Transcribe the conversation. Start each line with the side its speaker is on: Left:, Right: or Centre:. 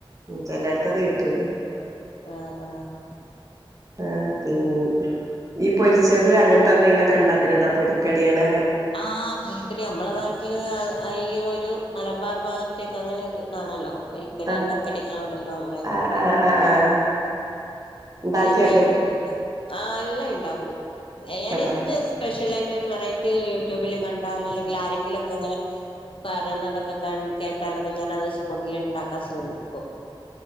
Right: ചേല്ലട്ത്തത് കിട്ടൂല
Left: ആഹ്ആഹ്
Right: ആ പിന് ഈ പൊരിച്ചത് അങ്ങനത്തെന്തെങ്കിലൊക്കെ ഉണ്ടാക്കലണ്ടോ പൊരിക്കട്യാള്
Left: ആഹ് പൊരിക്കടി നമ്മളെ നാട്ടില് ആഈ ഒരു മലബാർ ഭാഗത്തേക്കെ അങ്ങനെ ഒരു ഇതാണല്ലോ പെരിക്കടി
Right: ആഹ്
Left: എണ്ണക്കടികളോടെല്ലാം ഭയങ്കരരു
Right: ആഹ് ആഹ് ആഹ് ആഹ് ഉണ്ടാക്കി
Left: എല്ലാം ഭയങ്കരാ
Right: വെക്കല്
Left: ഇണ്ടാക്കും ആ എല്ലാം ഇണ്ടാക്കും ഞാനെന്ത്
Right: ക്കണ്ടാ
Left: സ്പെഷലായിട്ട് ഒരു വെറൈറ്റി യൂട്യൂബില് കണ്ടാലോ അല്ലെങ്കിൽ ആരെങ്കിലുംലൊക്കെ ഇങ്ങനെ പറിണതൊക്കെ കൺ കേട്ടാലൊക്കെ ഞാൻ അത് സ്പോട്ടിൽ ഇണ്ടാക്കാൻ ശ്രമിക്കും.